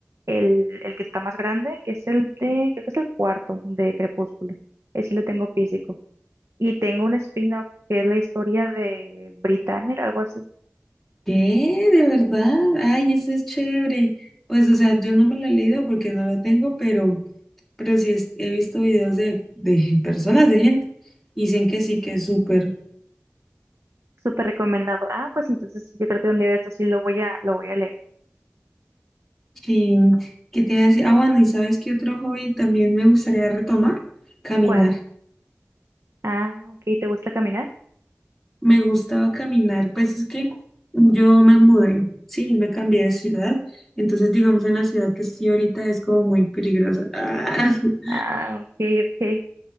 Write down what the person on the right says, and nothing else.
el, el que está más grande, que es el de, creo que es el cuarto de Crepúsculo. Ese sí lo tengo físico. Y tengo un spin-off que es la historia de Britannia, algo así.
Súper recomendado. Ah, pues entonces yo creo que un día de estos sí lo voy a, lo voy a leer.
¿Cuál? Ah, ok. ¿Te gusta caminar?
Ah, ok, ok.